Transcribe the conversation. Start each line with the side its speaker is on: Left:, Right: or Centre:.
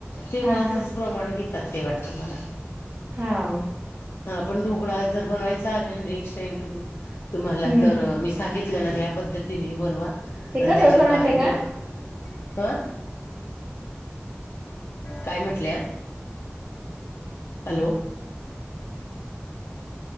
Left: तेव्हा
Right: हा
Left: असंच
Right: हा.
Left: प्रमाण घेतात ते वाटतं मला
Right: होा
Left: हा पण ढोकळा जर बनवायचा आ नेक्स्ट टाइम तुम्ही तुम्हाला
Right: हम्म
Left: तर सांगितल्यान ह्या पद्धतीने बनवा
Right: ते
Left: आणि
Right: कसं
Left: त्याच्यात
Right: असं माहितीये
Left: बारीक
Right: का?
Left: र ह काय म्हटलं हॅलो